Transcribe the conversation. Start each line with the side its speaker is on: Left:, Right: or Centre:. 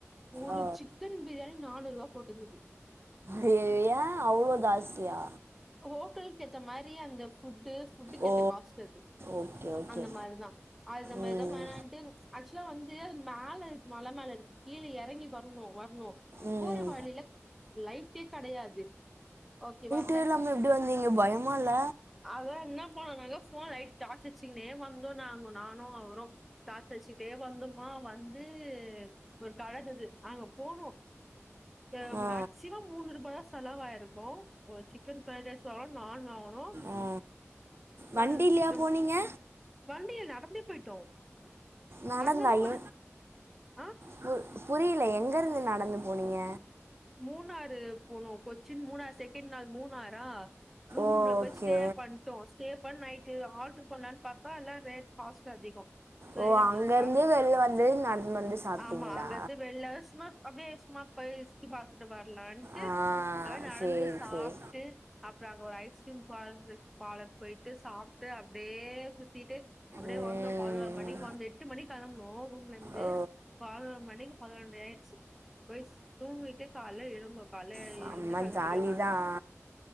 Centre: ஒரு
Right: ஓ
Centre: சிக்கன் பிரியாணி நானூறுபா போட்டுருந்தது
Right: ஐய்யையோ ஏ அவ்ளோ ஜாஸ்தியா
Centre: ஹோட்டலுக்கு ஏத்த மாரி அந்த ஃபுட்டுஸ் ஃபுட்டுக்கு
Right: ஓ
Centre: ஏத்த காஸ்ட் அது
Right: ஓகே ஓகே
Centre: அந்த மாரிதா அது மாரிதா
Right: ம்
Centre: வேணன்ட்டு ஆக்சுலா வந்து மேல இருக்கு மழ மேல இருக்கு கீழ எறங்கி வரணு வரணு
Right: ம்
Centre: போற வழியில லைட்டே கெடையாது ஓகே வா
Right: த இல்லாம எப்டி வந்தீங்க பயமால்ல
Centre: அதா என்ன பண்ணோ நாங்க ஃபோன் லைட் டார்ச் வச்சுங்கனே வந்தோ நாங்க நானு அவரு டார்ச்சடுச்சுகிட்டே வந்தோமா வந்து ஒரு கழதுது அங்க போனோ அ
Right: ஆ
Centre: மேக்சிமம் மூணு ரூபா தா செலவாயிருக்கு சி சிக்கன் ஃப்ரைட் ரைஸ் வாங்கணு நான் வாங்கணோ
Right: ஆ
Centre: ப
Right: வண்டியிலையா
Centre: சிக்
Right: போனீங்க
Centre: வண்டிய நடந்தே போயிட்டோ
Right: நடந்தா
Centre: அங்கருந்து கொஞ்ச
Right: எ
Centre: ஆ
Right: பு புரியல எங்க இருந்து நடந்து போனீங்க
Centre: மூணாறு போனோ கொ சின் மூணாரு செகண்ட் நாள் மூணாறா ரூம்ல
Right: ஓகே
Centre: போய் ஸ்டே பன் டோ ஸ்டே பண் நைட்டு ஆர்டர் பண்ணலானு பாத்தா எல்லா ரேட் காஸ்ட் அதிகோ செரி
Right: ஓ
Centre: நம்ம
Right: அங்கேருந்து
Centre: சாப்பிட்
Right: வெளில வந்து நடந்து வந்து சாப்பிட்டீங்களா
Centre: ஆமா அங்கது வெள்ள சுமா அப்டியே சும்மா போய் சுத்தி பாத்துட்டு வரலான்ட்டு
Right: ஆ
Centre: அத நடந்து
Right: சரி
Centre: சாப்ட்டு
Right: சரி
Centre: அப்றோ அங்க ஒரு ஐஸ்கிரீம் பார் பாலர் போயிட்டு சாப்ட்டு அப்டியே சுத்திட்டு அப்டியே
Right: ம்,
Centre: வந்தோ பதொனொரு மணிக்கு வந்த எட்டு மணிக்கு கெளம்புனோ ரூம்லருந்து
Right: ஓ
Centre: பதினொரு மணிக்கு பதினொண்டரை ஆயிடுச்சு போய் தூங்கிட்டு கால எழுந்தோ கால
Right: செம்ம
Centre: எழுந்து கெளம்பிட்டோ
Right: ஜாலி
Centre: நாங்க
Right: தான்